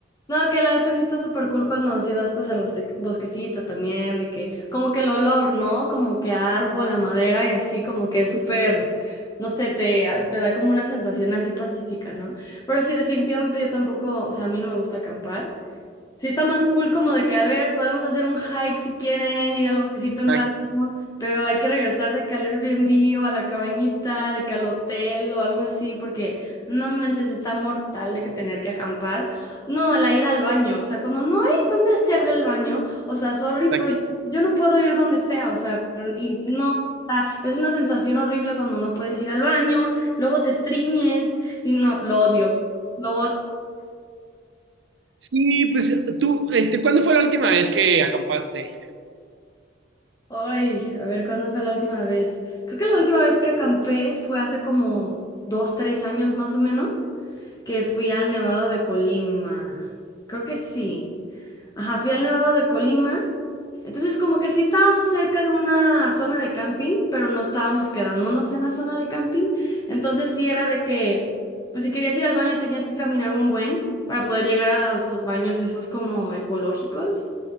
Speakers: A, on the left; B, on the right.
A: No, que la neta sí está súper cool cuando sí vas pues al bosque- bosquecito también, de que como que el olor, ¿no? Como que a árbol, a madera y así como que es súper, no sé, te, te da como una sensación así pacífica, ¿no? Pero sí, definitivamente yo tampoco, o sea, a mí no me gusta acampar. Sí, está más cool como de que, a ver, podemos hacer un hike si quieren, ir al bosquecito un
B: Exacto,
A: rato, pero hay que regresar de que al Airbnb o a la cabañita, de que al hotel o algo así, porque no manches, está mortal de que tener que acampar. No, la ida al baño, o sea, cuando no hay dónde hacer del baño, o sea, sorry, pero
B: exacto.
A: yo no puedo ir donde sea, o sea, y no, o sea, es una sensación horrible cuando no puedes ir al baño, luego te estriñes y no, lo odio, lo odio.
B: Sí, pues tú, este, ¿cuándo fue la última vez que acampaste?
A: Ay, a ver, ¿cuándo fue la última vez? Creo que la última vez que acampé fue hace como dos, tres años más o menos, que fui al Nevado de Colima. Creo que sí. Ajá, fui al Nevado de Colima. Entonces, como que sí estábamos cerca de una zona de camping, pero no estábamos quedándonos en la zona de camping. Entonces, sí era de que, pues si querías ir al baño tenías que caminar un buen para poder llegar a sus baños esos como ecológicos